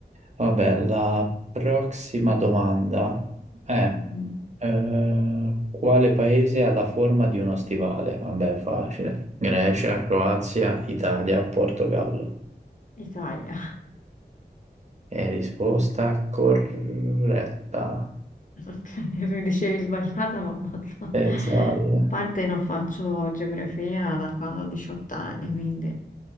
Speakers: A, on the right; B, on the left.
A: Vabbè, la prossima domanda è
B: Mhm.
A: eh, quale paese ha la forma di uno stivale? Vabbè, facile. Grecia, Croazia, Italia, Portogallo.
B: Italia,
A: E risposta corretta.
B: <laughs> ok, dicevi sbagliata, ma ammazza.
A: Pensate,
B: A
A: eh.
B: parte non faccio geografia da quando ho 18 anni, quindi